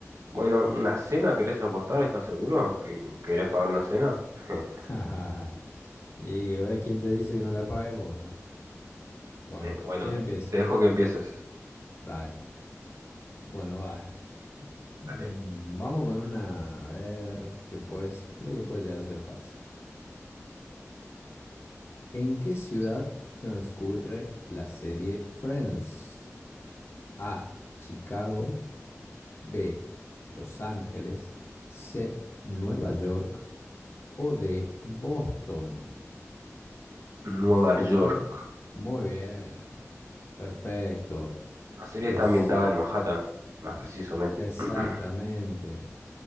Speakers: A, on the right (about 75°); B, on the left (about 50°).
A: Bueno, ¿una cena querés apostar? ¿Estás seguro? ¿Que querés pagar una cena? <laughs>
B: <laughs> Y eh, ¿quién te dice que no la pagues vos? eh? Bueno,
A: Bueno,
B: ¿quién empieza?
A: te dejo que empieces.
B: Dale. Bueno, va. eh. Mm,
A: Dale.
B: Vamos con una, a ver, que pues, creo que puede llegar a ser fácil. ¿En qué ciudad transcurre la serie Friends? A, Chicago, B, Los Ángeles, C, Nueva York o D, Boston. ¿En
A: Nueva
B: qué ciudad?
A: York.
B: Muy bien. Perfecto.
A: La serie
B: Los,
A: está ambientada
B: sí,
A: en Manhattan, más precisamente.
B: exactamente.
A: <clears throat>